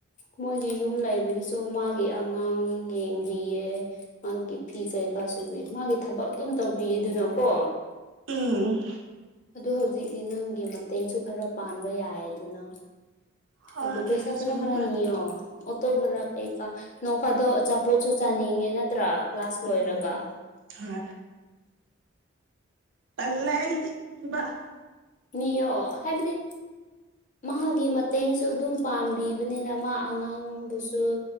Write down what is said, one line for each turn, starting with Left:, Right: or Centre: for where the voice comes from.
Left: ꯃꯣꯏꯒꯤ ꯌꯨꯝ ꯂꯩꯕꯗꯨꯁꯨ ꯃꯥꯒꯤ ꯑꯉꯥꯡ ꯌꯦꯡꯕꯤꯌꯦ ꯃꯥꯒꯤ ꯐꯤ ꯀꯩꯀꯥ ꯁꯨꯕꯤ ꯃꯥꯒꯤ ꯊꯕꯛ ꯑꯗꯨꯝ ꯇꯧꯕꯤꯌꯦ ꯑꯗꯨꯅꯀꯣ
Right: ꯎꯝ
Left: ꯑꯗꯨ ꯍꯧꯖꯤꯛꯇꯤ ꯅꯪꯒꯤ ꯃꯇꯦꯡꯁꯨ ꯈꯔ ꯄꯥꯟꯕ ꯌꯥꯏ ꯗꯅ
Right: ꯍꯣꯏ
Left: ꯑꯗꯨ ꯄꯩꯁꯥ ꯈꯔ
Right: ꯆꯨꯝꯃꯦ
Left: ꯈꯔ ꯅꯤꯌꯣ ꯑꯣꯇꯣ ꯕꯔꯥ ꯀꯩꯀꯥ ꯅꯣꯡꯐꯥꯗꯣ ꯑꯆꯥꯄꯣꯠꯁꯨ ꯆꯥꯅꯤꯡꯉꯦ ꯅꯠꯇ꯭ꯔꯥ ꯀ꯭ꯂꯥꯁ
Right: ꯎꯝ
Left: ꯂꯣꯏꯔꯒ
Right: ꯍꯣꯏ ꯇꯜꯂꯦ ꯑꯩꯗꯤ ꯕ <unintelligible>
Left: ꯅꯤꯌꯣ ꯍꯥꯏꯕꯗꯤ ꯃꯥꯒꯤ ꯃꯇꯦꯡꯁꯨ ꯑꯗꯨꯝ ꯄꯥꯡꯕꯤꯕꯅꯤꯅ ꯃꯥ ꯑꯉꯥꯡꯗꯨꯁꯨ